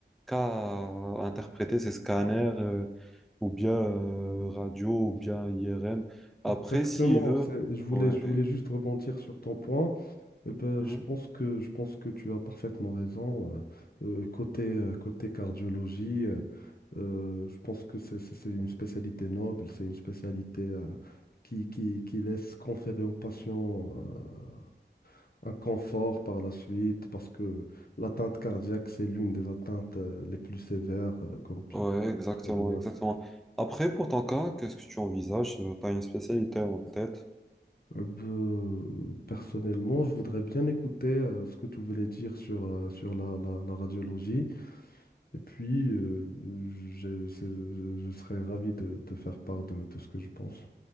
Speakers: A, in the centre; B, on the left (about 55°).
A: qu'à interpréter ses scanners, euh, ou bien euh, radio, ou bien IRM. Après,
B: Exactement,
A: s'il veut,
B: c'est- je voulais,
A: ouais.
B: je voulais juste rebondir sur ton point. Eh ben,
A: Hmm.
B: je pense que, je pense que tu as parfaitement raison. euh, euh, côté, euh, côté cardiologie, euh, euh, je pense que c'est c'est- c'est une spécialité noble, c'est une spécialité euh, qui, qui, qui laisse conférer aux patients euh, un confort par la suite, parce que l'atteinte cardiaque, c'est l'une des atteintes euh, les plus sévères, euh, comme tu
A: Ouais,
B: tu sais
A: exactement,
B: très bien.
A: exactement. Après, pour ton cas, qu'est-ce que tu envisages? Tu as une spécialité en tête?
B: Euh, ben, personnellement, je voudrais bien écouter euh, ce que tu voulais dire sur, euh, sur la, la la radiologie. Et puis, euh, je, je- je serais ravi de te faire part de, de ce que je pense.